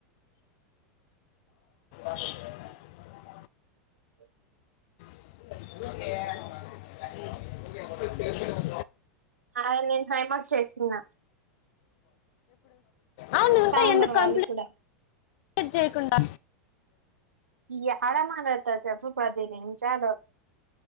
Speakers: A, on the left; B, on the right.
A: <unintelligible>
B: ఆ
A: హామ్
B: ఆల్రెడీ హ్యాండ్ వాష్ చేసుకున్న
A: అవును నువ్వు ఇంకా
B: ఉండరు
A: ఎందుకు
B: వాళ్ళు
A: కంప్లైంట్
B: కూడా
A: ప్లీట్ చేయకుండా
B: య ఆడ మాట్లాడుతది చెప్పు పదినిమిషాలు